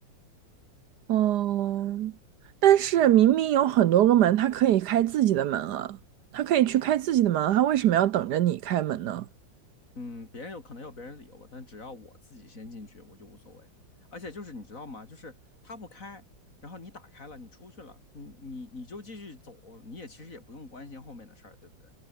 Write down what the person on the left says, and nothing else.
嗯，别人有可能有别人理由吧，但只要我自己先进去，我就无所谓。而且就是你知道吗？就是他不开，然后你打开了，你出去了，你你你就继续走，你也其实也不用关心后面的事儿，对不对？